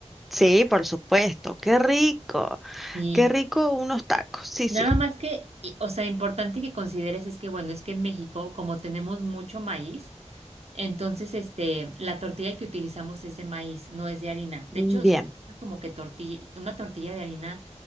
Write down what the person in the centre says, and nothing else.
Sí, por supuesto, qué rico,
qué rico unos tacos, sí,
sí,
bien.